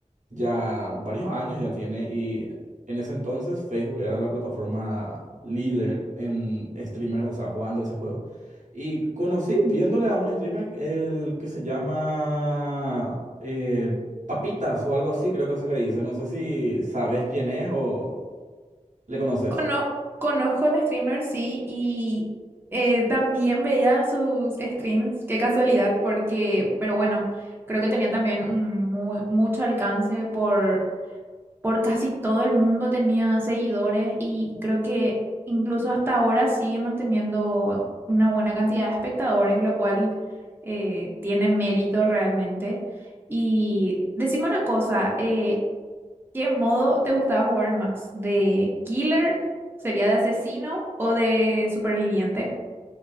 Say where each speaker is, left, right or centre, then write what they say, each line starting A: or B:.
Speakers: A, on the right (about 75°); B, on the right (about 15°).
A: ya varios años ya tiene y en ese entonces Facebook era la plataforma líder en streamers, o sea, jugando ese juego. Y conocí viéndole a un streamer el que se llama eh, Papitas o algo así, creo que se le dice. No sé si sabes quién es o le conoces.
B: Cono- conozco al streamer, sí, y eh, también veía sus streams, qué casualidad, porque, pero bueno, creo que tenía también un mu- mucho alcance por por casi todo el mundo tenía seguidores y creo que incluso hasta ahora sigue manteniendo una buena cantidad de espectadores, lo cual eh, tiene mérito realmente. Y decime una cosa, eh, ¿qué modo te gustaba jugar más? ¿De killer? ¿Sería de asesino o de superviviente?